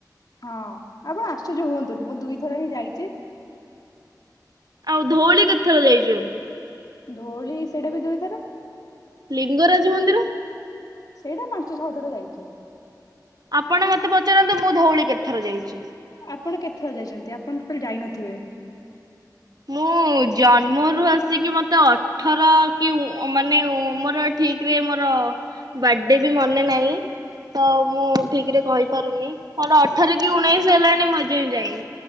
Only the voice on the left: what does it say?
ହଁ ଆପଣ ଆଶ୍ଚର୍ଯ୍ୟ ହୁଅନ୍ତୁନି। ମୁଁ ଦୁଇଥର ହିଁ ଯାଇଛି।
ଧଉଳି ସେଟା ବି ଦୁଇଥର।
ସେଇଟା ପାଞ୍ଚ ଛଅ ଥର ଯାଇଛି।
ଆପଣ କେତେଥର ଯାଇଛନ୍ତି? ଆପଣ ଟୋଟାଲି ଯାଇନଥିବେ।